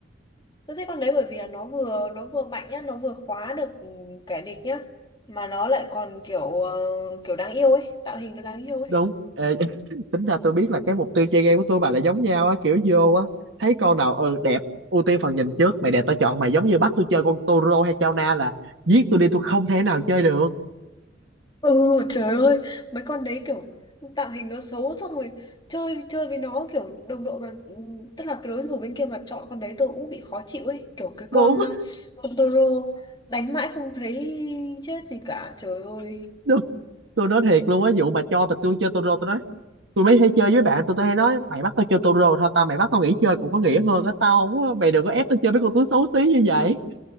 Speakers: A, on the left; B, on the right.
A: Tôi thích con đấy bởi vì là nó vừa nó vừa mạnh nhá, nó vừa khóa được ừ, kẻ địch nhá, mà nó lại còn kiểu ờ, kiểu đáng yêu ấy, tạo hình nó đáng yêu ấy.
B: đúng Ê, <laughs> tính ra tôi biết là cái mục tiêu chơi game của tôi bà lại giống nhau á kiểu vô á thấy con nào ừ đẹp ưu tiên phần nhìn trước mày đẹp tao chọn mày giống như bắt tôi chơi con Toro hay Chao Na là giết tôi đi tôi không thể nào chơi được
A: Ừ trời ơi mấy con đấy kiểu tạo hình nó xấu xong rồi chơi chơi với nó kiểu đồng đội mà ừ, tức là cái đối thủ bên kia mà chọn con đấy tôi cũng bị khó chịu ấy kiểu cái
B: đúng
A: con
B: <laughs>
A: ờ, con Toro đánh mãi không thấy chết gì cả trời ơi
B: đúng tôi nói thiệt luôn á vụ mà cho mà tôi chơi Toro tôi nói tôi mới hay chơi với bạn tôi tôi hay nói mày bắt tao chơi Toro thôi tao mày bắt tao nghỉ chơi cũng có nghĩa hơn á tao không có mày đừng có ép tao chơi mấy con tướng xấu tí như vậy